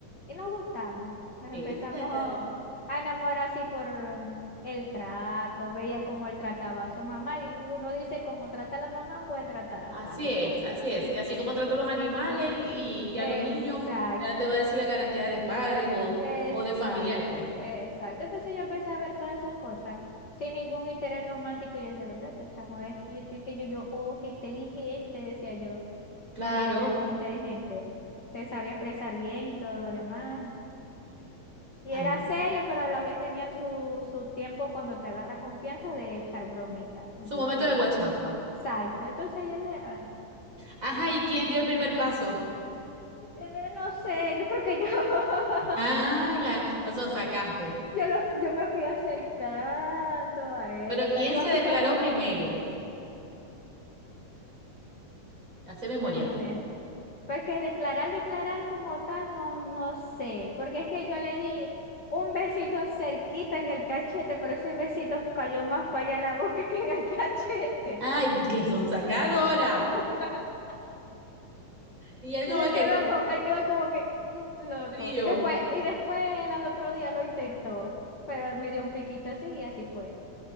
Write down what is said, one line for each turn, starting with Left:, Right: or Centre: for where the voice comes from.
Left: y nos gustamos, nos
Right: Este,
Left: empezamos a a enamorar así por um, el trato, veía cómo él trataba a su mamá y uno dice, como trata a la mamá, puede tratar a
Right: Así
Left: la esposa.
Right: es, así es. Y así como trato a los animales y, y a
Left: Exacto.
Right: los niños, ya te va a decir la garantía de padres o,
Left: Exacto,
Right: o de familiar, pues.
Left: exacto. Entonces yo empecé a ver todas esas cosas sin ningún interés romántico. Yo dije, vete, este chamo, es que yo estoy que yo, yo, oh, qué inteligente, decía yo,
Right: Claro.
Left: porque era muy inteligente. Se sabía expresar bien y todo lo demás. Y
Right: Ah,
Left: era serio, pero a la vez tenía su, su tiempo cuando te agarra confianza de echar bromita. Entonces,
Right: su momento de guachafa.
Left: exacto. Entonces yo dije, ah,
Right: Ajá, ¿y quién dio el primer paso?
Left: eh, no sé, yo creo que yo. <laughs>
Right: Ah, la, la sonsacaste.
Left: Yo, lo- yo me fui acercando a él,
Right: Pero
Left: o sea,
Right: ¿quién
Left: iba
Right: se
Left: mucho
Right: declaró
Left: a sus
Right: primero? Hace memoria.
Left: Métale. Porque declarar, declarar como tal, no, no sé. Porque es que yo le di un besito cerquita en el cachete, pero ese besito cayó más para allá en la boca <laughs> que en el cachete.
Right: Ay, qué sonsacadora.
Left: <laughs>
Right: Y él como
Left: Y él
Right: que,
Left: quedó, co- él quedó como que "Uh, loco.
Right: frío.
Left: Después, y después él al otro día lo intentó, pero él me dio un piquito así y así fue.